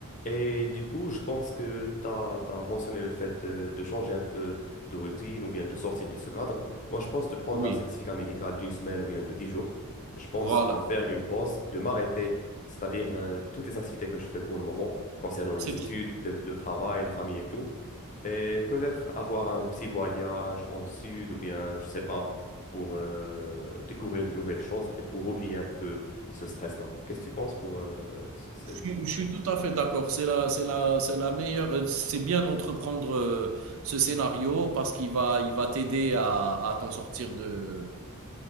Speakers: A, on the left; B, on the right.
A: Et du coup, je pense que tu as, mentionné le fait euh, de changer un peu de routine ou bien de sortir de ce cadre. Moi, je pense de prendre
B: oui.
A: un certificat médical d'une semaine ou bien de dix jours je pense,
B: Voilà.
A: de faire une pause, de m'arrêter, c'est-à-dire euh, toutes les activités que je fais pour le moment concernant les
B: C'est très
A: études,
B: bien.
A: le, le travail, la famille et tout. Et peut-être avoir un petit voyage en sud ou bien, je sais pas, pour euh, découvrir de nouvelles choses et pour oublier un peu ce stress-là. Qu'est-ce que tu penses pour euh, ce- ce-
B: Je suis,
A: ce-
B: je suis tout à fait d'accord. C'est la, c'est la, c'est la meilleure. euh, C'est bien d'entreprendre euh, ce scénario parce qu'il va, il va t'aider à, à t'en sortir de,